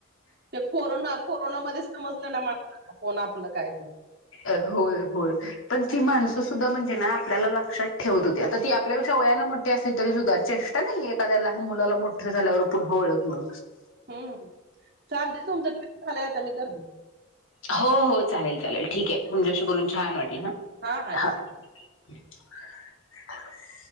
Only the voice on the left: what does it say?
होय होय पण ती माणसं म्हणजे ना आपला लक्षात ठेवत होत्या आता ती आपल्यापेक्षा वयानं मोठी असल्या तरी सुद्धा चेष्टा नाही एाखाद्या लहान मुलाला मोठं झाल्यावर पुन्हा ओळखन
हो हो चालेल चालेल ठीक के तुमच्याशी बोलून छान वाटल
ह
ह
<unintelligible>